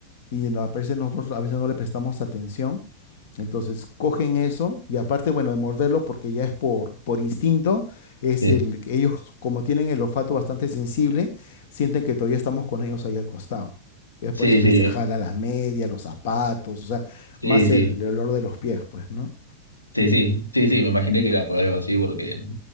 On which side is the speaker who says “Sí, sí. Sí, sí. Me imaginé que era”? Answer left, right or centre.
Left